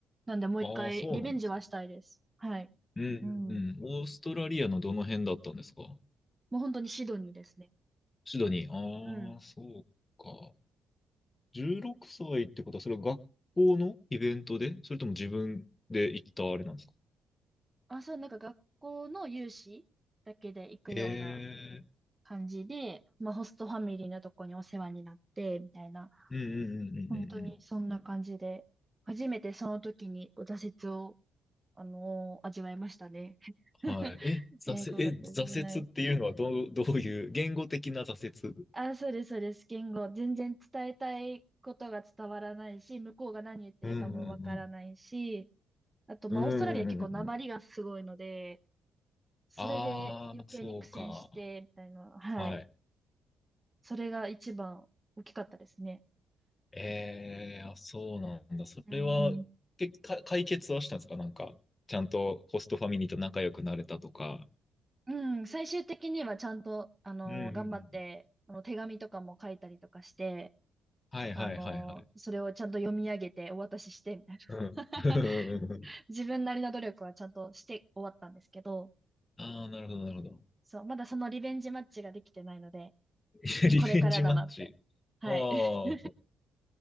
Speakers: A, on the right; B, on the left.
A: なんでもう一回リベンジはしたいです。
B: ああ、そうなんですね。
A: はい。
B: うん、
A: うん。
B: うん、うん。オーストラリアのどの辺だったんですか
A: もう本当にシドニーですね。
B: シドニー。ああ、
A: うん。
B: そうか。16歳ってことは、それは学校のイベントで、それとも自分で行ったあれなんですか
A: あ、そう、なんか学校の有志だけで行くような
B: へえ、
A: 感じで、まあホストファミリーのとこにお世話になって、みたいな、
B: うんうんうんうんうんうん。
A: 本当にそんな感じで、初めてその時にこう挫折を、あのー味わいましたね。<laughs>
B: はい。え、挫折、
A: えー、5月じゃない。
B: え、挫折っていうのはどう、どういう、言語的な挫折
A: あ、そうです、そうです。言語。全然伝えたいことが伝わらないし、向こうが何言ってるかもわからないし、
B: うんうんうん。
A: あと、まあ、
B: うんうんうんうん。
A: オーストラリア結構訛りがすごいので、それで余計に苦戦して、
B: ああ、そうか。
A: みたいな。はい。
B: はい。
A: それが一番大きかったですね。
B: ええ、あ、そうなんだ。それは、
A: うん。
B: け、か、解決はしたんですかなんか、ちゃんとホストファミリーと仲良くなれたとか。
A: うん、最終的にはちゃんと、あの、
B: うんうんうん。
A: 頑張って、あの、手紙とかも書いたりとかして、
B: はいはいはいはい。
A: あの、それをちゃんと読み上げてお渡しして、みたいな。
B: うん。<laughs>
A: <laughs> 自分なりの努力はちゃんとして終わったんですけど、
B: ああ、なるほどなるほど。
A: そう、まだそのリベンジマッチができてないので、
B: <laughs> リベンジマッチ。
A: これからだなって。はい。
B: ああ、
A: <laughs>
B: そ